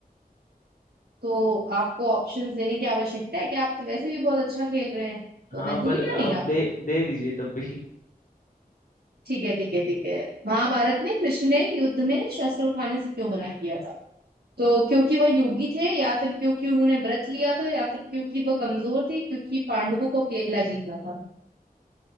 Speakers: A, on the right; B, on the left.
A: तो आपको ऑप्शंस देने की आवश्यकता है कि आप तो वैसे भी बहुत अच्छा खेल रहे हैं तो
B: हाँ
A: मैं दूंगी
B: पर
A: या नहीं
B: आप
A: आपको
B: दे दे दीजिए तब भी
A: ठीक है ठीक है ठीक है महाभारत में कृष्ण ने युद्ध में शस्त्र उठाने से क्यों मना किया था तो क्योंकि वह योगी थे या फिर क्योंकि उन्होंने व्रत लिया था या फिर क्योंकि वह कमजोर थे क्योंकि पांडवों को अकेला जीतना था